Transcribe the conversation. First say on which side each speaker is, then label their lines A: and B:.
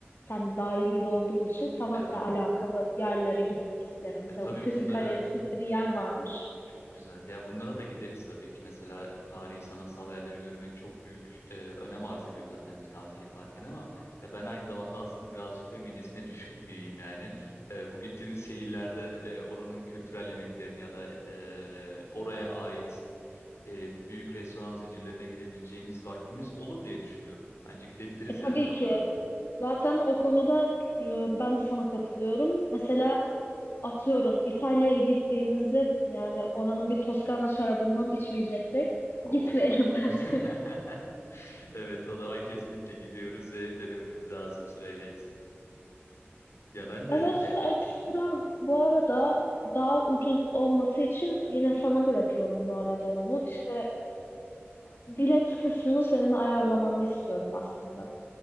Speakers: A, on the left (about 60°); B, on the left (about 80°).
A: sen de daha ilgili olduğun için sanatla
B: Evet.
A: alakalı yerlere gitmek isterim. Mesela
B: E, tabii
A: Uffizi
B: bunlara
A: Galerisi diye bir yer varmış.
B: çok güzel. Ya bunlara da gideriz tabii ki. Mesela tarihi sanatsal yerleri görmek çok büyük e, önem arz ediyor zaten bir tatil yaparken ama ya ben aynı zamanda aslında birazcık da midesine <laughs> düşkün biriyim yani. E, bu gittiğimiz şehirlerde e, oranın kültürel yemeklerini ya da e, oraya ait e, büyük restoran zincirlerine gidebileceğimiz vaktimiz olur diye düşünüyorum. Bence gidebiliriz
A: E tabii
B: yani oralara
A: ki.
B: da.
A: Zaten o konuda e, ben de sana katılıyorum. Mesela atıyorum İtalya'ya gittiğimizde yani oranın bir Toskana şarabından içmeyeceksek
B: Oo.
A: gitmeyelim <laughs> bence.
B: <laughs> Evet, o zaman kesinlikle gidiyoruz ve denememiz lazım sırayla hepsini. Ya ben de
A: Evet
B: şey...
A: ekstra
B: Hı.
A: bu arada daha ucuz olması için yine sana bırakıyorum bu arada onu. İşte Bilet kısmını senin ayarlamanı istiyorum aslında.